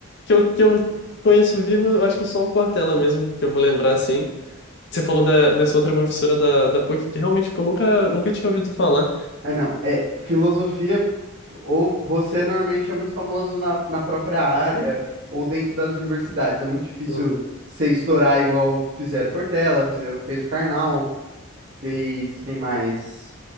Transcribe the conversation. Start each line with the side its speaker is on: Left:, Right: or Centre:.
Left: que eu, que eu conheço vivo, eu acho que só o Cortella mesmo que eu vou lembrar assim. Você falou da, dessa outra professora da, da PUC que realmente tipo, eu nunca nunca tinha ouvido falar.
Right: Ah, não. É, filosofia, ou você normalmente é muito famoso na, na própria área, ou dentro das universidades. É muito difícil
Left: Uhum.
Right: você estourar igual fizeram Cortella, fizer- fez o Karnal, fez quem mais?